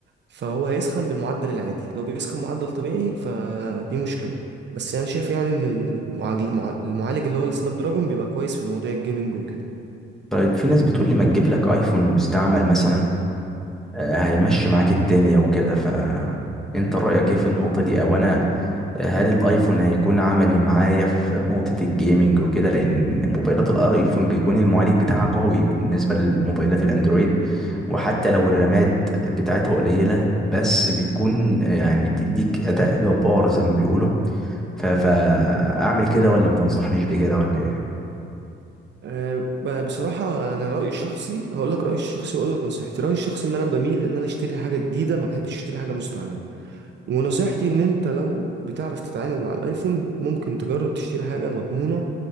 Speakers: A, on the right; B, in the centre.
A: فهو هيسخن بالمعدل العادي لو بيسخن معدل طبيعي فدي مشكلة بس أنا شايف يعني إن المعالج المعالج اللي هو السناب دراجون بيبقى كويس في موضوع الجيمنج وكده
B: طيب في ناس بتقول لي ما تجيب لك ايفون مستعمل مثلا آه، هيمشي معاك الدنيا وكده فانت رأيك ايه في النقطة دي او انا هل الايفون هيكون عملي معايا في نقطة الجيمنج وكده لان موبايلات الايفون بيكون المعالج بتاعها قوي بالنسبة لموبايلات الاندرويد وحتى لو الرامات بتاعتها قليلة بس بتكون يعني بتديك اداء جبار زي ما بيقولوا ف... فاعمل كده ولا ما تنصحنيش بكده ولا ايه
A: أه، ب- بصراحة أنا رأيي الشخصي هقول لك رأيي الشخصي وأقول لك نصيحتي رأيي الشخصي إن أنا بميل إن أنا أشتري حاجة جديدة ما بحبش أشتري حاجة مستعملة ونصيحتي ان انت لو بتعرف تتعامل مع الايفون ممكن تجرب تشتري حاجة مضمونة